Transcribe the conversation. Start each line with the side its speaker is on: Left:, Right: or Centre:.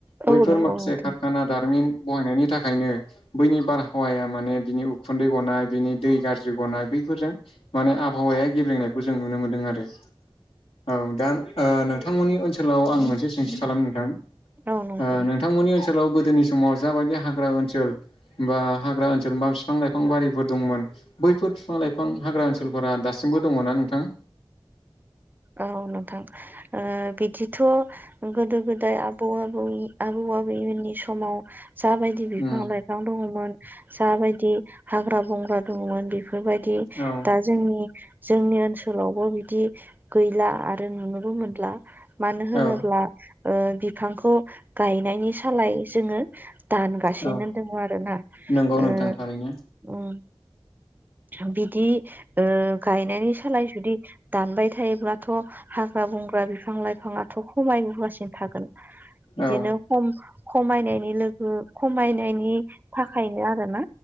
Left: बैफोर
Right: औ नंगौ
Left: माखासे
Right: नोंथां
Left: कारखाना दारिमिन बहायनायनि थाखायनो बैनि बारहावाया माने बिनि उखुन्दै गनाय बिनि दै गाज्रि गनाय बैफोरजों माने आबहावाया गेबेेंनायखौ जोङो नुनो मोनदों आरो औ दा ओ नोंथांमोननि ओनसोलाव आं मोन से सोंथि खालामनो‌ नोंथां ओ
Right: औ नंगौ
Left: नोंथोंमोननि ओनसोलाव गो दोनि समाव जाबादि हाग्रा ओनसोल बा हाग्रा ओसो जेनबा फिफां लाइफां बारिफोर दंमोन बैफोर फिफां लाइफां हाग्रा ओनसोलफोरा दासिमबो दङना नोंथां?
Right: औ नोंथां ओ बिदिथ' गोदो गोदाय आबौ आबौनि आबौ। अ आबैमोननि समाव साबायदि बिफां
Left: उम
Right: लाइफां दङमोन साबायदि हाग्रा बंग्रा दङमोन बे फोरबायदि
Left: औ
Right: दा जोंनि जोंनि ओनसोलावबो बिदि गैला आरो नुनोबो मोनला मानो होनोब्ला
Left: औ
Right: ओ बिफांखौ गायनायनि सालाय जोङो दानगासिनो
Left: औ
Right: दङ आरोना
Left: नंगौ नोंथां
Right: ओ
Left: थारैनो
Right: उम। थ्रबिदि ओ गायनायनि सालाय जुदि दानबाय थायोब्लाथ' हाग्रा बंग्रा बि फां लाइफाङाथ' खमायबोगासिनो थागोन बिदिनो
Left: औ
Right: खम खमायनायनि लोगो खमायनायनि थाखायनो आरोना